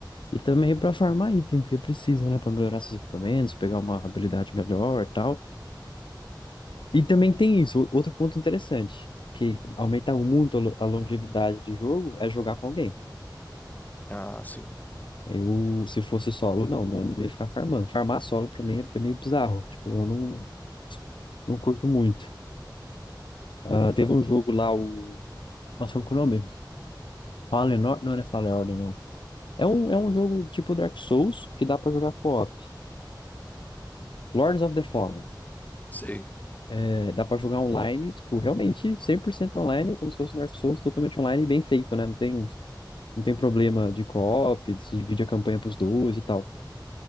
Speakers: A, on the left; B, on the left.
A: E também para farmar item, porque precisa, né? Para melhorar seus equipamentos, pegar uma habilidade melhor e tal. E também tem isso, o- outro ponto interessante, que aumenta muito a lo- a longevidade de jogo, é jogar com alguém.
B: Ah, sim.
A: Eu, se fosse solo, não, não, eu não ia ficar farmando. Farmar solo pra mim é é meio bizarro. Tipo, eu não, não curto muito. Ah, teve um jogo lá, o. Nossa, qual que é o nome? Fallen Or- Não, não é Fallen Order, não. É um, é um jogo tipo Dark Souls que dá pra jogar co-op. Lords of the Fallen.
B: Sei.
A: É, dá pra jogar online, tipo, realmente 100% online, como se fosse um Dark Souls totalmente online e bem feito, né? Não tem, não tem problema de co-op, se divide a campanha pros dois e tal.